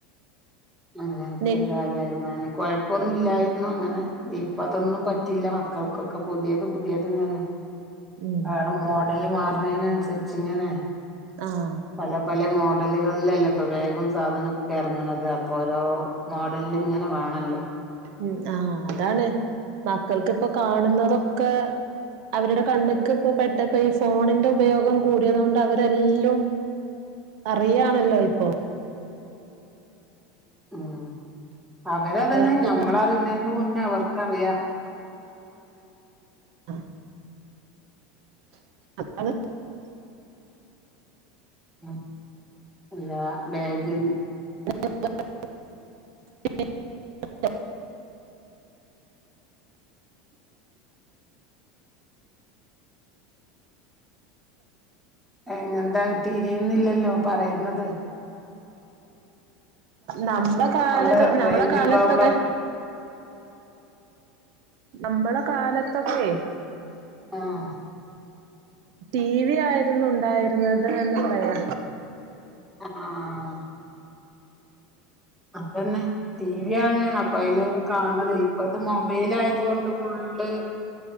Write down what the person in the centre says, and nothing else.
അങ്ങനത്തെ
ഒരു കാലായിരുന്നു <unintelligible> കൊഴപ്പൊന്നും ഇല്ലായിരുന്നു അങ്ങനെ ഇപ്പ അതൊന്നും പറ്റില്ല മക്കൾക്കൊക്കെ പുതിയത് പുതിയത് ഇങ്ങനെ
വാണം. മോഡല് മാറ്ണേനനുസരിച്ച് ഇങ്ങനെ
പല പല മോ ഡലുകളിലല്ലേ ഇപ്പൊ വേഗും സാധനൊക്കെ ഇറങ്ങണത് അപ്പൊ ഓരോ മോഡലില് ഇങ്ങനെ വാണല്ലോ
ഉം അവരത് തന്നെ
ഞമ്മള അറിണെ ന്റെ മുന്നേ അവർക്കറിയാം
ഉം അല്ലാ ബാഗിന്ന്
എങ്ങെന്താ തിരിയുന്നില്ലല്ലോ പറയുന്നത്
അവിടെ
റേഞ്ച്
പ്രോബ്ലം
ആഹ്
ആഹ് അതന്നെ ടി വി ആണ്. അപ്പൊ അ യ്ലത് കാണല് ഇപ്പൊ ഇത് മൊബൈൽ ആയത് കൊണ്ട് ഫുൾ ള്ള്